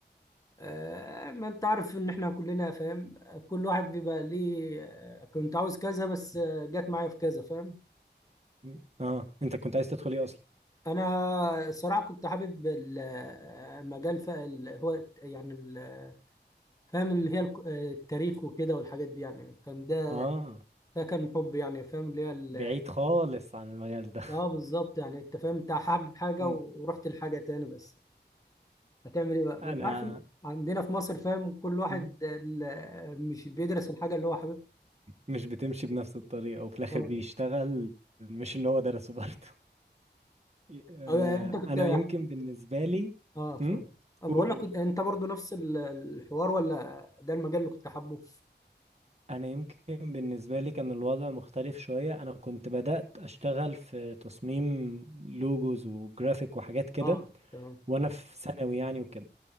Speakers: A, on the left (about 20°); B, on the right (about 35°).
A: آه ما انت عارف ان احنا كلنا فاهم كل واحد بيبقى ليه آه، كنت عاوز كذا بس آه، جت معايا في كذا فاهم
B: مم. اه انت كنت عايز تدخل ايه اصلا
A: انا الصراحه كنت حابب المجال ف- ال- هو يعني ال- فاهم اللي هي الك- آه، التاريخ وكده والحاجات دي يعني كان ده
B: اه
A: ده كان حب يعني فاهم اللي هي ال-
B: بعيد خالص عن المجال ده <laughs>
A: اه بالظبط يعني انت فاهم انت حابب حاجه
B: امم
A: ورحت لحاجه تاني بس هتعمل ايه بقى ما
B: انا
A: انت عارف إن عندنا في مصر فاهم كل واحد
B: مم.
A: ال- مش بيدرس الحاجه اللي هو حاببها
B: مش بتمشي بنفس الطريقة وفي الاخر
A: اه
B: بيشتغل مش اللي هو درسه برضه انا
A: آه، انت كنت
B: انا يمكن بالنسبه لي
A: اه اتفضل
B: امم
A: أما
B: قول
A: بقول لك
B: قول.
A: كنت- انت برضو نفس ال- الحوار ولا ده المجال اللي كنت حابه
B: انا يمكن بالنسبه لي كان الوضع مختلف شويه انا كنت بدات اشتغل في تصميم لوجوز وجرافيك وحاجات كده
A: اه تمام
B: وانا في ثانوي يعني وكده